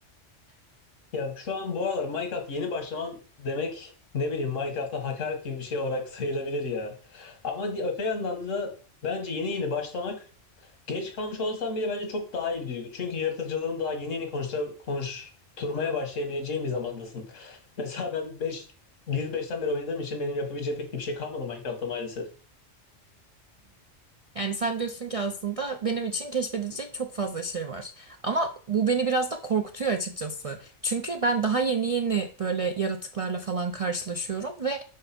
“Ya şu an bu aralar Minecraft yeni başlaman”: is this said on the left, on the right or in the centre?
Left